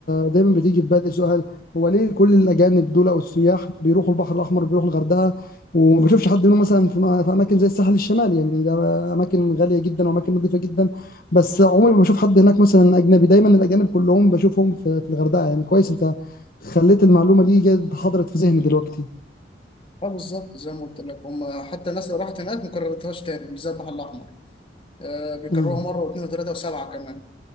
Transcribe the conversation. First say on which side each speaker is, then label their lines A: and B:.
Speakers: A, on the left; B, on the left.
A: دايما بتيجي في بالي سؤال هو ليه كل الأجانب دول أو السياح بيروحوا البحر الأحمر بيروحوا الغردقة وما بشوفش حد منهم مثلا في م- في أماكن زي الساحل الشمالي يعني ده أماكن غالية جدا وأماكن نظيفة جدا بس عمري ما بشوف حد هناك مثلا أجنبي دايما الأجانب كلهم بشوفهم في في الغردقة يعني كويس أنت خليت المعلومة دي جت- حضرت في ذهني دلوقتي
B: اه بالظبط زي ما قلت لك هم حتى الناس اللي راحت هناك ما كررتهاش تاني مش زي البحر الاحمر آه بيكرروها
A: مم.
B: مره واثنين وثلاثه وسبعه كمان